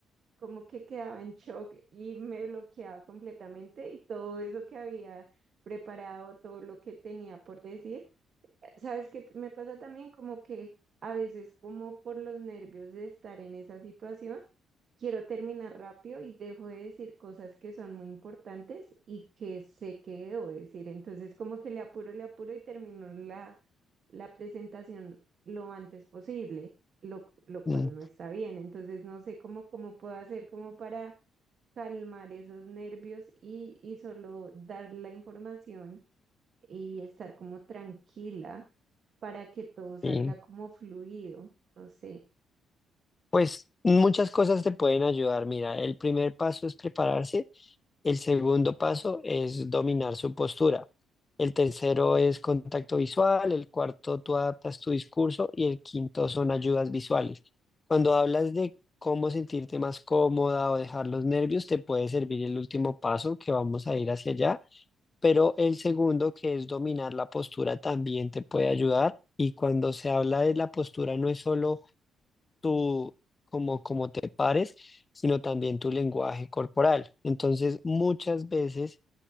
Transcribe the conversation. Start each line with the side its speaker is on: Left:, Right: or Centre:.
Right: como que quedaba en shock y me bloqueaba completamente y todo eso que había preparado, todo lo que tenía por decir ¿Sabes qué t- me pasa también? Como que a veces, como por los nervios de estar en esa situación, quiero terminar rápido y dejo de decir cosas que son muy importantes y que sé que debo decir. Entonces, como que le apuro, le apuro y termino la, la presentación lo antes posible, lo, lo cual
Left: Mm,
Right: no está bien. Entonces, no sé cómo, cómo puedo hacer como para calmar esos nervios y, y solo dar la información y estar como tranquila para que todo salga
Left: Sí,
Right: como fluido, no sé.
Left: pues muchas cosas te pueden ayudar. Mira, el primer paso es prepararse, el segundo paso es dominar su postura, el tercero es contacto visual, el cuarto tú adaptas tu discurso y el quinto son ayudas visuales. Cuando hablas de cómo sentirte más cómoda o dejar los nervios, te puede servir el último paso que vamos a ir hacia allá, pero el segundo que es dominar la postura también te puede ayudar. Y cuando se habla de la postura no es solo tu, como, como te pares, sino también tu lenguaje corporal. Entonces, muchas veces